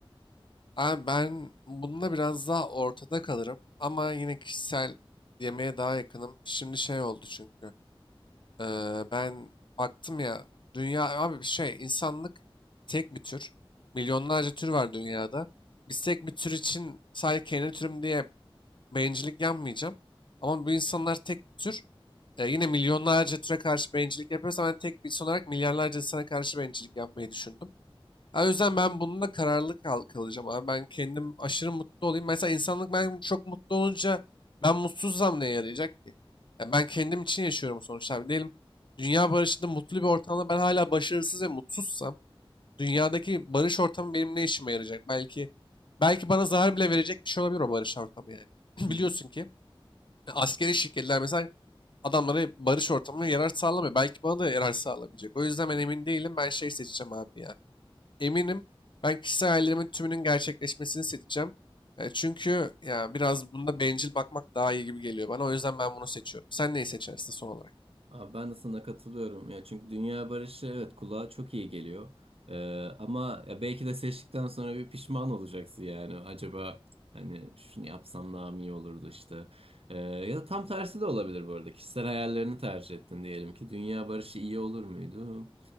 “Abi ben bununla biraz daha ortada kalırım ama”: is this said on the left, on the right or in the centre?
Left